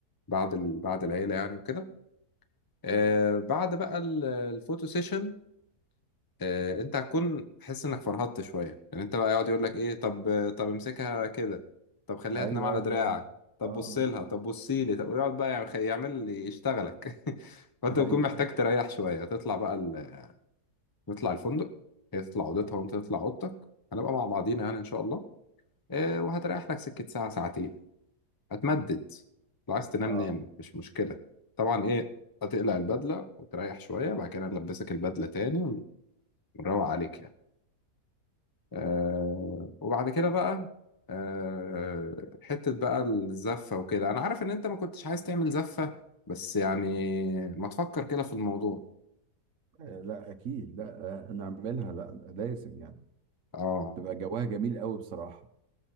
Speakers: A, on the left (about 20°); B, on the right (about 55°).
A: بعد ال... بعد العيله يعني وكده آه بعد بقى ال- الفوتو سيشن آه، انت هتكون حس انك فرهدت شويه لان انت بقى يقعد يقول لك ايه طب طب امسكها كده طب خليها
B: ايوه
A: تنام على
B: ايوه
A: دراعك
B: ايوه
A: طب
B: اه
A: بص لها طب بصي لي طب ويقعد بقى يعمل يعمل- يشتغلك <laughs> فانت
B: اه
A: بتكون
B: <laughs> ايوه
A: محتاج
B: ايوه
A: تريح شويه تطلع بقى ال... تطلع الفندق هي تطلع اوضتها وانت تطلع اوضتك هنبقى مع بعضينا يعني ان شاء الله آه، وهتريح لك سكه ساعه ساعتين هتمدد لو عايز تنام
B: اه
A: نام مش مشكله طبعا ايه هتقلع البدله وتريح شويه بعد كده نلبسك البدله تاني ونروق عليك يعني آه وبعد كده بقى آه حتة بقى الزفة وكده أنا عارف إن أنت ما كنتش عايز تعمل زفة بس يعني ما تفكر كده في الموضوع
B: آه، لا اكيد لا آه، نعملها لا لازم يعني
A: آه
B: تبقى جواها جميل قوي بصراحه